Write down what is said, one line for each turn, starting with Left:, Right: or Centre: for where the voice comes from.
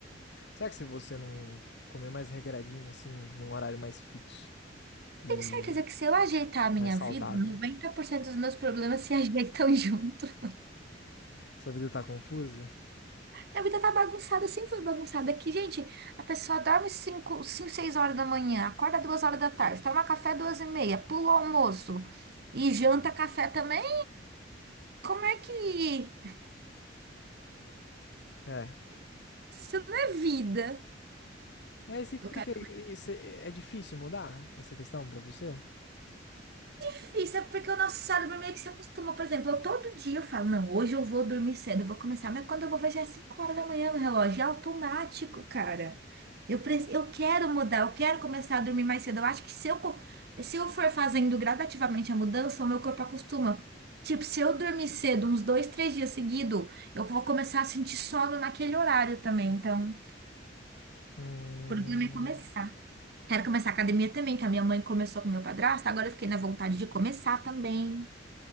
Left: Será que se você não comer mais regradinho, assim, num horário mais fixo
Right: Eu
Left: e
Right: tenho certeza que se eu ajeitar a minha
Left: mais saudável,
Right: vida, 90% dos meus problemas se ajeitam <laughs> junto.
Left: sua vida tá confusa?
Right: Minha vida tá bagunçada, sempre foi bagunçada. Aqui, gente, a pessoa dorme cinco, cinco, seis horas da manhã, acorda 2 horas da tarde, toma café 2 e meia, pula o almoço e janta café também? Como é que.
Left: É.
Right: Isso não é vida.
Left: Mas e por
Right: Eu quero.
Left: que isso é é difícil mudar essa questão pra você?
Right: difícil, é porque o nosso cérebro meio que se acostuma. Por exemplo, eu todo dia eu falo, não, hoje eu vou dormir cedo, eu vou começar. Mas quando eu vou ver, já é 5 horas da manhã no relógio. É automático, cara. Eu, preci- eu quero mudar, eu quero começar a dormir mais cedo. Eu acho que se eu, co- se eu for fazendo gradativamente a mudança, o meu corpo acostuma. Tipo, se eu dormir cedo, uns dois, três dias seguido, eu vou começar a sentir sono naquele horário também. Então, o
Left: Hum...
Right: problema é começar. Quero começar a academia também, que a minha mãe começou com o meu padrasto, agora eu fiquei na vontade de começar também.